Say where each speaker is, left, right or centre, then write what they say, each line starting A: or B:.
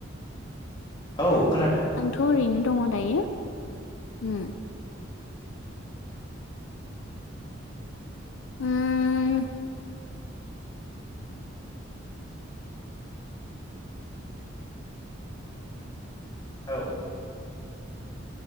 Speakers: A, on the left (about 25°); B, on the left (about 80°).
A: औ खोनादों
B: आंथ' ओरैनो दङ दायो उम उम
A: औ